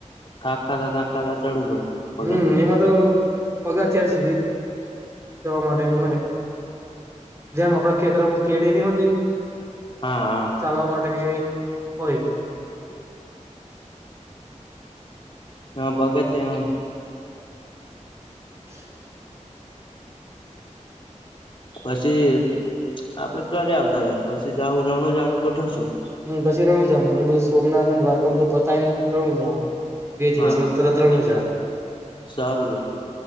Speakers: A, on the left; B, on the right.
A: થાકાતા થાકાતા ચડવું પડે પગથિયા
B: હમ એમાં તો પગથયા સુધી જવા માટેનું હોય જેમ આપણા ખેતરામાં કેડી ની હોતી
A: હા હા
B: ચાલવા માટેની એક હોય
A: હા પગથયા
B: <unintelligible>
A: પછી આપડે ઘરે આવતા રહ્યો પછી જાહુ રણુજા નું ગોઠવશું
B: હમ્મ પછી <unintelligible> જા ને બધું સોમનાથ ના દ્વારકા બધું પતાયને રનુજા બે દિવસમાં
A: હા
B: તરા ત્રણ હજાર
A: સારું રે